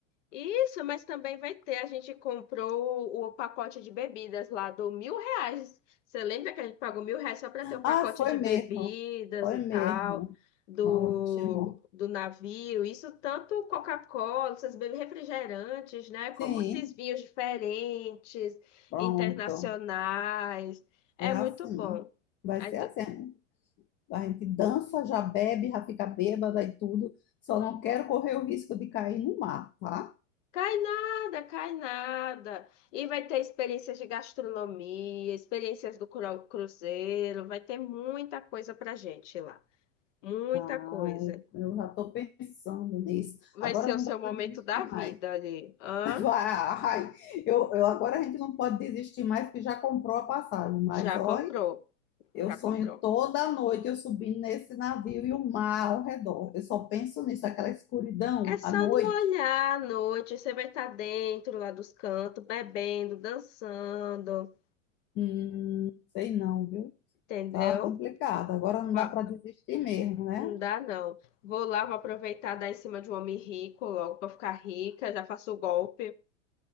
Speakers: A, on the left; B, on the left.
A: Isso, mas também vai ter. A gente comprou o pacote de bebidas lá do mil reais. Você lembra que a gente pagou mil reais só para ter o pacote
B: Ah, foi
A: de
B: mesmo.
A: bebidas
B: Foi
A: e
B: mesmo.
A: tal, do,
B: Ótimo.
A: do navio? Isso tanto Coca-Cola, essas bebidas refrigerantes, né? Como
B: Sim,
A: esses vinhos diferentes,
B: pronto.
A: internacionais. É
B: É assim.
A: muito bom.
B: Vai
A: Aí,
B: ser
A: t-
B: assim. A gente dança, já bebe, já fica bêbada e tudo. Só não quero correr o risco de cair no mar, tá?
A: Cai nada, cai nada. E vai ter experiências de gastronomia, experiências do cru- cruzeiro, vai ter muita coisa pra gente lá. Muita
B: Ai,
A: coisa.
B: eu já tô pensando nisso.
A: Vai
B: Agora
A: ser
B: não
A: o seu
B: dá para
A: momento
B: desistir
A: da vida
B: mais.
A: ali. Hã?
B: <laughs> Vai, eu, eu, agora a gente não pode desistir mais, porque já comprou a passagem. Mas
A: Já
B: olha.
A: comprou,
B: Eu
A: já
B: sonho
A: comprou.
B: toda noite eu subindo nesse navio e o mar ao redor. Eu só penso nisso, aquela escuridão
A: É só
B: à noite.
A: não olhar à noite, você vai estar dentro lá dos cantos, bebendo, dançando,
B: Hum, sei não, viu?
A: entendeu?
B: Tá complicado. Agora não
A: Ba-
B: dá para desistir mesmo, né?
A: Não dá não. Vou lá, vou aproveitar dar em cima de um homem rico logo pra ficar rica, já faço o golpe.